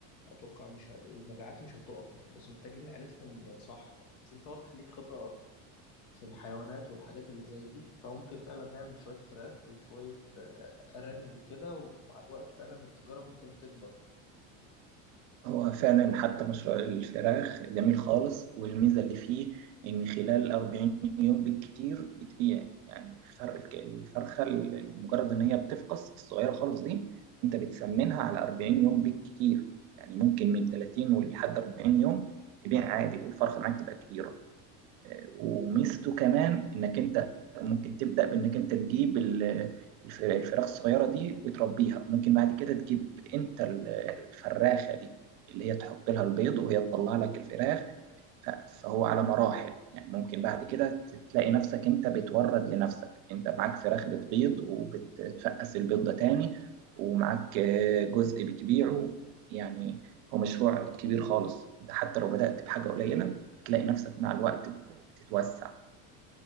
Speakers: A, on the left; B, on the right.
A: أتوقع مش ه... المبيعات مش هتقف يعني بس محتاجين نعرفهم صح يعني بس أنت واضح ليك خبرة في الحيوانات والحاجات اللي زي دي فممكن فعلا نعمل شوية فراخ وشوية آه، أرانب وكده ومع الوقت فعلا التجارة ممكن تكبر يعني
B: هو فعلا حتى مشروع الفراخ جميل خالص والميزة اللي فيه إن خلال 40 يوم بالكتير بتبيع يعني الفرخ الفرخة مجرد إن هي بتفقس الصغيرة خالص دي أنت بتسمنها على 40 يوم بالكتير يعني ممكن من 30 ولحد 40 يوم تبيع عادي والفرخة معاك تبقى كبيرة وميزته كمان انك انت ممكن تبدا بانك انت تجيب ال- الف- الفراخ الصغيره دي وتربيها ممكن بعد كده تجيب انت ال- الفراخه دي اللي هي تحط لها البيض وهي تطلع لك الفراخ ف- فهو على مراحل يعني ممكن بعد كده تلاقي نفسك انت بتورد لنفسك انت معاك فراخ بتبيض وبتفقس البيض ده تاني ومعاك آه، جزء بتبيعه يعني هو مشروع كبير خالص انت حتى لو بدأت بحاجة قليلة تلاقي نفسك مع الوقت بتتوسع